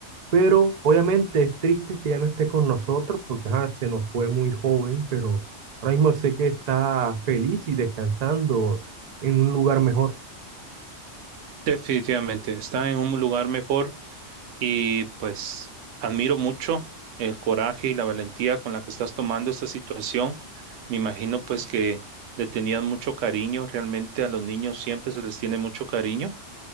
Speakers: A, on the right; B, on the right.
A: Pero obviamente es triste que ya no esté con nosotros porque ajá, se nos fue muy joven, pero ahora mismo sé que está feliz y descansando en un lugar mejor.
B: Definitivamente, está en un lugar mejor Y pues admiro mucho el coraje y la valentía con la que estás tomando esta situación. Me imagino pues que le tenían mucho cariño. Realmente a los niños siempre se les tiene mucho cariño